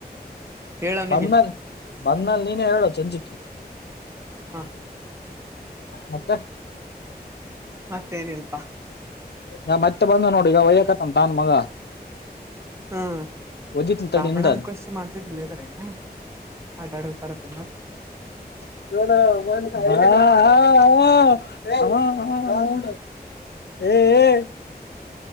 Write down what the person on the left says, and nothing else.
ಬಂದ್ಮೇಲೆ ಬಂದ್ಮೇಲೆ ನೀನೇ ಹೇಳು ಚಂಜಕ್ಕಿ
ಹತ್ತ
ನಾ ಮತ್ತೆ ಬಂದ ನೋಡಿ ಈಗ ಒಯಕತಂತ ನನ್ ಮಗ
ವದ ನಿ ತಡೆ
ಇಮದಾದ
ನ ಹ ಹ ಹ್ಮ